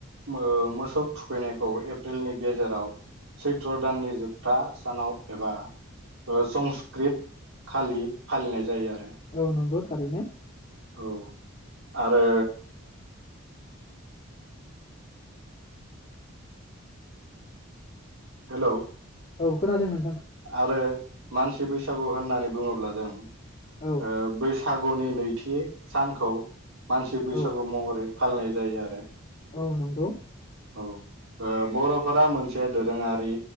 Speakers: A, on the right (about 85°); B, on the left (about 35°).
A: मो मोसौ थुखैनायखौ एप्रिलनि गेजेराव सैत्र दाननि जोबथा सानाव एबा संस्कृत खालि फालिनाय जायो आरो
B: औ नंगौ थारैनो
A: औ आरो हेलौ
B: औ खोनादों नों
A: आरो मानसि बैसागु होननानै बुङोब्ला जों
B: औ
A: ओ बैसा फागुननि नैथि सानखौ मानसि बैसागु
B: औ
A: महरै फालिनाय जायो आरो
B: औ नंगौ
A: औ ओ बर'फोरा मोनसे दोरोङारि